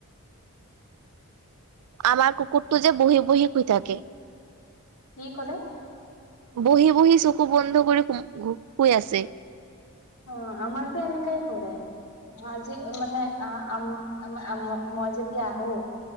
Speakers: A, on the right; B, on the left.
A: আমাৰ কুকুৰটো যে বঢ়ি বঢ়ি শুই থাকে।
B: কি ক'লে?
A: বঢ়ি বঢ়ি চকু বন্ধ কৰি ঘোম শুই আছে।
B: অ আমাৰটো এনেকাই কৰে আজি মানে আ আম আমা মই মই যেতিয়া আহো